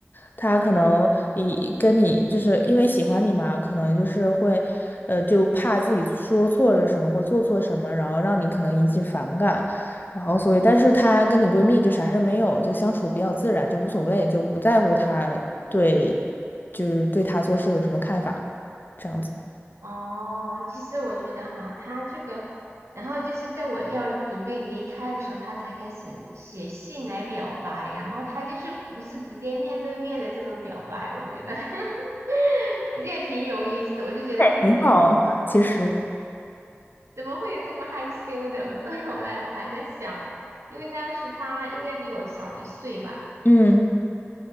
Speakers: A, on the left; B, on the right.
A: 他可能以跟你就是因为喜欢你嘛，可能就是会，呃，就怕自己说错了什么或做错什么，然后让你可能引起反感，然后所以，但是她跟你闺蜜就啥事儿没有，就相处比较自然，就无所谓，就不在乎她对，就是对她做事有什么看法，这样子
B: 哦，其实我觉得哈，他这个，然后就是在我要准备离开的时候，他才开始写信来表白，然后他就是不是直接面对面的这种表白，我觉得，<laughs> 我觉得挺有意思，我就觉得嘿，
A: 很好，其实，
B: 怎么会有这么害羞的？我 <laughs> 所以我在我还在想，因为当时他应该比我小一岁吧，
A: 嗯。